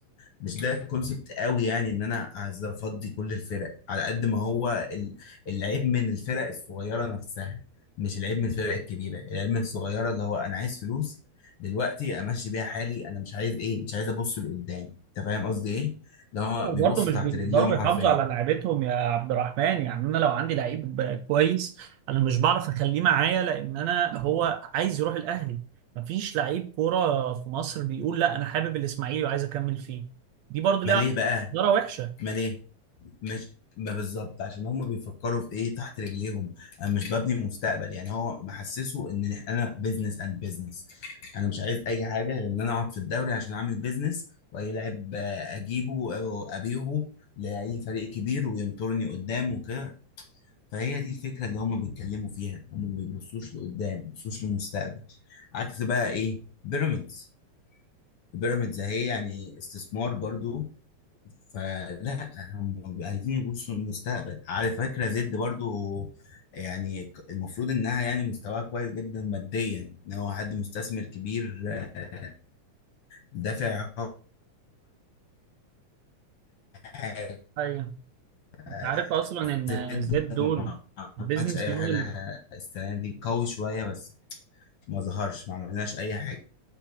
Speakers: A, on the left (about 55°); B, on the right (about 75°).
A: مش ده كونسبت قوي يعني ان انا عايز افضي كل الفرق على قد ما هو ال- العيب من الفرق الصغيره نفسها مش العيب من الفرق الكبيره العيب من الصغيره اللي هو انا عايز فلوس دلوقتي امشي بيها حالي انا مش عايز ايه مش عايز ابص لقدام انت فاهم قصدي ايه اللي هو بيبصوا
B: برضه مش
A: تحت
B: بيقدروا
A: رجليهم حرفيا
B: يحافظوا على لعيبتهم يا عبد الرحمن يعني انا لو عندي لعيب كويس انا مش بعرف اخليه معايا لان انا هو عايز يروح الاهلي مفيش لعيب كوره في مصر بيقول لا انا حابب الاسماعيلي وعايز اكمل فيه دي برضه
A: ما
B: ليها
A: ليه بقى
B: اداره وحشه
A: ما ليه مش ما بالظبط عشان هم بيفكروا في ايه تحت رجليهم انا مش ببني مستقبل يعني هو محسسه ان انا بزنس اند بزنس انا مش عايز اي حاجه غير ان انا اقعد في الدوري عشان اعمل بزنس واي لاعب آه، اجيبه او ابيعه لاي فريق كبير وينطرني قدام وكده فهي دي الفكره اللي هم بيتكلموا فيها هم ما بيبصوش لقدام ما بيبصوش للمستقبل عكس بقى ايه بيراميدز بيراميدز اهي يعني استثمار برضو فلا هم عايزين يبصوا للمستقبل على فكرة زد برضو يعني ك- المفروض انها يعني مستواها كويس جدا ماديا ان هو حد مستثمر كبير آه، دافع حاجة
B: ايوه
A: آه،
B: انت عارف اصلا ان
A: زد
B: زياد دول
A: ما
B: بيزنس
A: عملش اي
B: موديل
A: حاجة السنة دي قوي شوية بس ما ظهرش ما عملناش اي حاجة